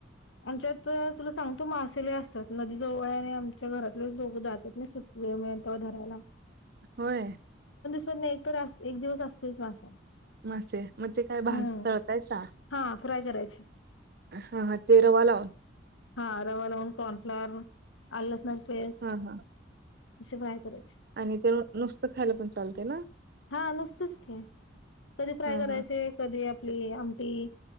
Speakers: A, on the left; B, on the right.
A: आमच्याइत तुला सांगतो मासे लई असतात नदी जवळ हाय आणि आमच्या घरातले लोक जातात नाही सुट्टी मिळल तवा धरायला.
B: होय.
A: नाही एक तर एक दिवस असतेच मासा.
B: मासे मग ते काय भाज
A: हम्म.
B: तळतायसा
A: हा फ्राय करायचे
B: हा हा ते रवा लाव <unintelligible>
A: हा रवा लावून कॉर्नफ्लोअर आलं लसणाची पेस्ट.
B: हा हा
A: तशी <unintelligible>
B: आणि ते नु- नुसतं खायला पण चालते ना
A: <inaudible> हा नुसतेच की कधी फ्राय
B: हा
A: करायचे
B: हा
A: कधी <unintelligible> आमटी